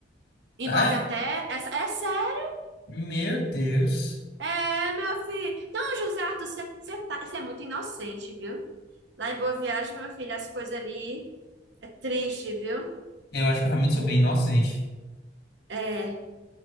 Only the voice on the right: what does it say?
Envolve
até, é, é sério.
É, meu filho. Não, José Arthur, você você tá, você é muito inocente, viu? Lá em Boa Viagem, meu filho, as coisas ali é triste, viu?
É, Eu